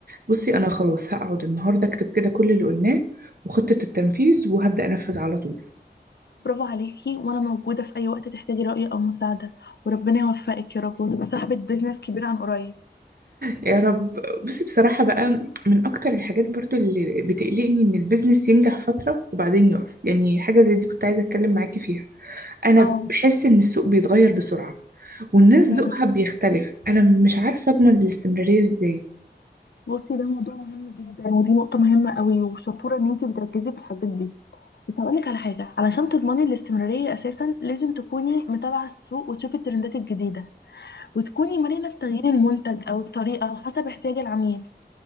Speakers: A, on the right (about 55°); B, on the left (about 70°).
A: بصي أنا خلاص هقعد النهاردة أكتب كده كل اللي قلناه وخطة التنفيذ وهبدأ أنفذ على طول
B: برافو عليكي وانا موجوده في اي وقت تحتاجي راي او مساعده وربنا يوفقك يا رب وتبقي صاحبه بيزنس كبير عن قريب
A: يا رب بصي بصراحة بقى من أكتر الحاجات برضو اللي بتقلقني إن البيزنس ينجح فترة وبعدين يقف يعني حاجة زي دي كنت عايزة أتكلم معاكي فيها أنا
B: اه
A: بحس إن السوق بيتغير بسرعة والناس ذوقها
B: أمم.
A: بيختلف أنا مش عارفة أضمن الاستمرارية إزاي
B: بصي ده موضوع مهم جدا ودي نقطه مهمه قوي وشطوره ان انتي بتركزي في الحاجات دي بس هقولك على حاجة علشان تضمني الاستمرارية أساسا لازم تكوني متابعة السوق وتشوفي الترندات الجديدة وتكوني مرنة في تغيير المنتج أو الطريقة حسب احتياج العميل